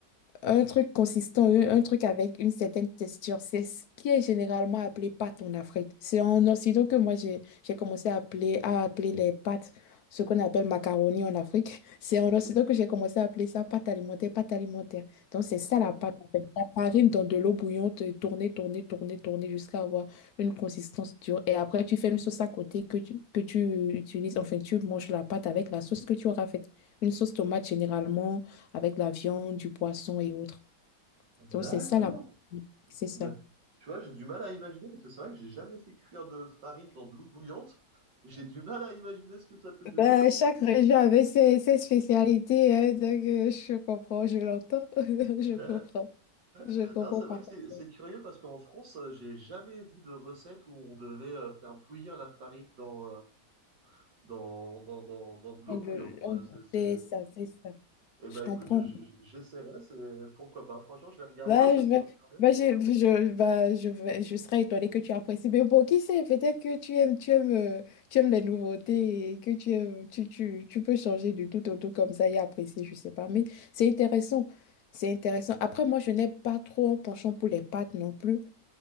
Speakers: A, on the left (about 65°); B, on the right (about 80°).
A: un truc consistant, un un truc avec une certaine texture, c'est ce qui est généralement appelé pâte en Afrique. C'est en Occident que moi j'ai j'ai commencé à appeler, à appeler les pâtes, ce qu'on appelle macaroni en Afrique. <laughs> C'est en Occident que j'ai commencé à appeler ça pâte alimentaire, pâte alimentaire. Donc c'est ça la pâte en fait. La farine dans de l'eau bouillante, tourner, tourner, tourner, tourner jusqu'à avoir une consistance dure. Et après tu fais une sauce à côté que tu, que tu utilises, enfin tu manges la pâte avec la sauce que tu auras faite. Une sauce tomate généralement avec la viande, du poisson et autres.
B: D'accord.
A: Donc, c'est ça la... C'est ça.
B: Bah, tu vois, j'ai du mal à imaginer parce que c'est vrai que j'ai jamais fait cuire de farine dans de l'eau bouillante. J'ai du mal à imaginer ce que ça peut donner.
A: Ben, chaque région avait ses, ses spécialités, hein, donc euh, je comprends, je l'entends, <laughs> je
B: <laughs>
A: comprends, je comprends
B: Non, c'est
A: parfaitement.
B: vrai que c'est c'est curieux parce qu'en France, euh, j'ai jamais vu de recette où on devait euh, faire bouillir la farine dans, euh, dans, dans, dans, dans de l'eau
A: le-
B: bouillante,
A: le-
B: quoi. C'est, c'est-
A: C'est
B: c'est-
A: ça, c'est ça.
B: Eh
A: Je
B: ben,
A: comprends.
B: écoute, je- je- j'essaierai, c'est... pourquoi pas. Franchement, je vais regarder
A: Bah,
B: un peu
A: je,
B: sur
A: vais-
B: Internet.
A: bah, je, je, bah, je, vais- je serais étonnée que tu apprécies. Mais bon, qui sait, peut-être que tu aimes, tu aimes, euh, tu aimes les nouveautés et que tu aimes, tu, tu, tu peux changer du tout au tout comme ça et apprécier, je sais pas. Mais c'est intéressant. C'est intéressant. Après, moi, je n'ai pas trop un penchant pour les pâtes non plus.